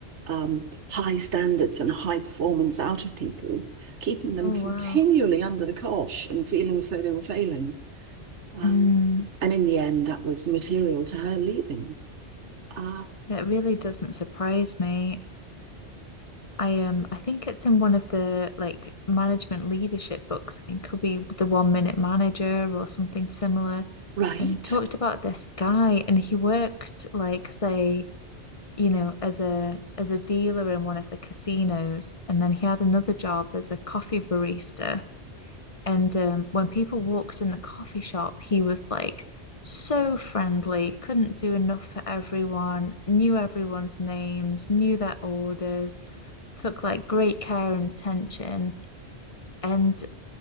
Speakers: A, on the right (about 80°); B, on the left (about 35°).
A: um, high standards and high performance out of people, keeping them
B: Oh
A: continually
B: wow.
A: under the cosh and feeling as though they were failing. Um,
B: Mm.
A: and in the end, that was material to her leaving. Uh,
B: That really doesn't surprise me. I um I think it's in one of the like management leadership books. I think could be the One Minute Manager or something similar.
A: right.
B: And he talked about this guy and he worked like say, you know, as a as a dealer in one of the casinos and then he had another job as a coffee barista. And um, when people walked in the coffee shop, he was like so friendly, couldn't do enough for everyone, knew everyone's names, knew their orders, took like great care and attention. And